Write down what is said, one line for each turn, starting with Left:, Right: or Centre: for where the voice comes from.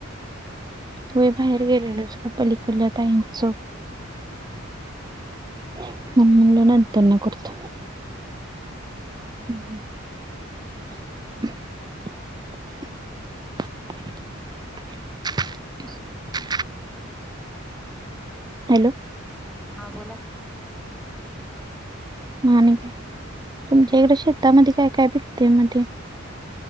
Right: व्हय बाहेर गेलेलो जरा पलीकडल्या ताईनच म म्हणल ना त्यांना करत
Centre: हम्म
Right: हम् ह <inaudible> <inaudible> ह <inaudible> हॅलो
Centre: हां बोला की
Right: आणि तुमच्या इकड शेतामध्ये काय काय पिक ते मध्ये